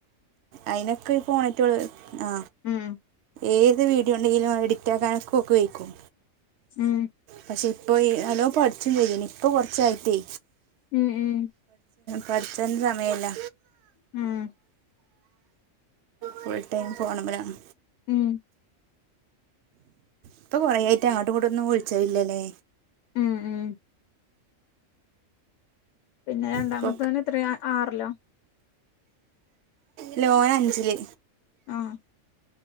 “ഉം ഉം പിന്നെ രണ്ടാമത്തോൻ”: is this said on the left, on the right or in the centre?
Left